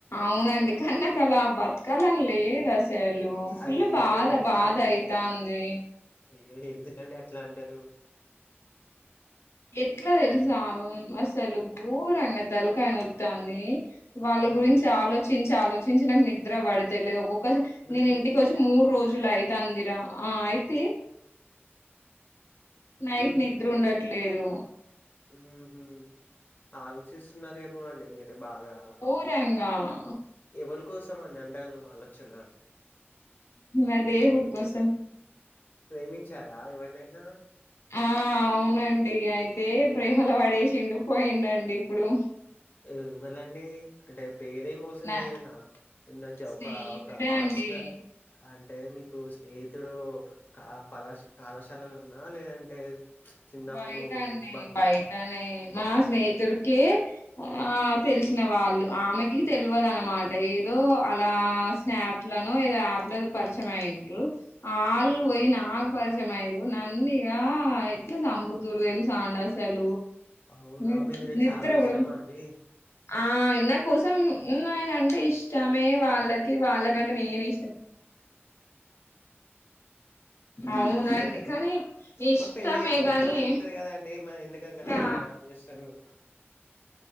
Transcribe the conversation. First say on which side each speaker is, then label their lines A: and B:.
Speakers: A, on the left; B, on the left.
A: అవునండి నాకల బతకాలని లేదు అసలు ఫుల్
B: అయ్యో
A: బాధ
B: ఎందుకండి
A: బాధ అయితంది
B: అయ్యో ఎందుకండి అట్లా అంటారు
A: ఎట్ల తెలుసా అసలు గోరంగా తల తల్కాయ్ నొస్తా ఉంది వాళ్ళ
B: ఉహు.
A: గురించి ఆలోచించి ఆలోచించి నాకు నీద్ నిద్ర పడ్తే లేవకు <unintelligible>
B: మీ
A: నేను ఇంటికి వచ్చి మూడ్ రోజులయ్తాంది ఆ అయితే నైట్
B: మ్
A: నిద్ర ఉండద్ లేదు
B: హ్మ్ హు ఆలోచిస్తున్నరేమో అండి మీరు బాగా
A: గోరంగా ఆ
B: ఎవలు కోసం అండి అంతగనం ఆలోచన
A: ఆ దేవుడి కోసం
B: ప్రేమించారా ఎవరినైనా
A: ఆ అవునండి అయితే ప్రేమలో పడేసిండు పోయిండండి ఇప్పుడు
B: ఎవ్వలండి ఒకటే పేరేం అవసం
A: నా
B: లేదునా <unintelligible>
A: స్నేహితుడే
B: ఒక ఒక పర్సనల్
A: అండి
B: అంటే మీ కు స్నేహితుడు క పళష్ కళాశాలలో ఉన్నాదా లేదంటే చిన్నప్పుడు
A: బయటండి
B: బల్
A: బయటనే మా స్నేహితుడికి ఆ తెలిసిన వాళ్ళు ఆమెకి తెల్వదు అనమాట ఏదో అలా స్నాప్లలను ఏదో యాప్ లో పరిచయం అయింది ఆల్ పోయి నాకు పరిచ మయిన్రు నన్నీగా చంపుతున్రు తెలుసా ఆండ్ అసలు
B: అవునా
A: ని
B: మీరంటే
A: నిద్ర
B: చాలా ఇష్టమా
A: కూడా
B: అండి
A: ఆ ఎన్న కో నేనంటే ఇష్టమే వాళ్ళకి వాళ్ళకంటే నేను నేను ఇష్టం అవునండి
B: ఇష్టమే
A: కానీ ఇష్టమే
B: మరి పెళ్ళి చేసుకుంటే
A: గాని
B: ఏమైపుతుంది కదా అండి మరి ఎందుకక అంతంత
A: కా
B: చేస్తారు